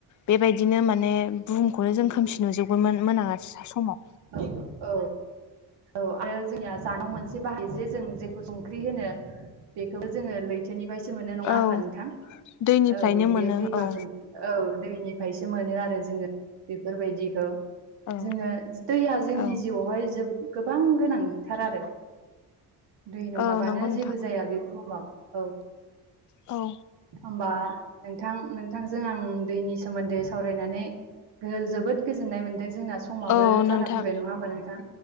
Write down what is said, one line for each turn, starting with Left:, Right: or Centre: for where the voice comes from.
Left: बेबायदिनो माने बुहुमखौनो जों खोमसि नुजोब मोनाङा समाव
Right: औ औ औ आरो जोंनिया जानायाव मोन से बाहाय जे जों जेखौ संख्रि होनो बेखौबो जोङो लै बोनिफ्रायसो मोनो नङा
Left: औ
Right: ओमबा नोंथां
Left: दैनिफ्रायनो
Right: औ बे
Left: मोनो
Right: दैमाफोरनि
Left: औ
Right: औ दैनिफ्रायसो मोनो आरो जोङो बेफोरबायदिखौ
Left: औ
Right: जोङो दैया जोंनि
Left: औ
Right: जिउआवहाय गोबां गोनांथार आरो दै नङाबानो
Left: औ नंगौ नोंथां।
Right: जेबो जाया बे बुहुमाव औ
Left: औ
Right: ओमबा नोंथां नोंथांजों आं दैनि सोमोन्दै सावरायनानै जोबोद गोजोननाय मोनदों जोंना समाबो
Left: औ
Right: जाना
Left: नोंथां
Right: फैबाय नङा ओमबा नोंथां